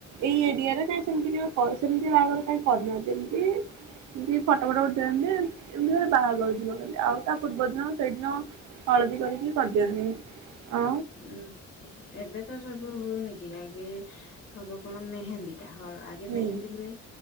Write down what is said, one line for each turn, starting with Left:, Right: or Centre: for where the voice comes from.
Right: ଏଇ ଏରିଆରେ କାଇଁ ସେମିତି ସେମିତି ବାହାଘର କାଇଁ କରିନାହାନ୍ତି ଏମିତି ଏମିତି ଫଟୋ ଫଟ ଉଠେଇନ୍ତି ଏମତି ଏମିତି ଘରେ ବାହାଘରଥିବ ଖାଲି ଆଉ ତା ପୂର୍ବଦିନ ସେଇଦିନ ହଳଦୀ କରିକି କରିଦିଅନ୍ତି ଆ
Left: ଉଁ ଏବେ ତ ସବୁ ହଉନି କି ଆଗେ ହବ କଣ ମେହେନ୍ଦୀ ଟା ହ ଆଗେ
Right: ହୁଁ
Left: ମେହେନ୍ଦୀ ହୁଏ।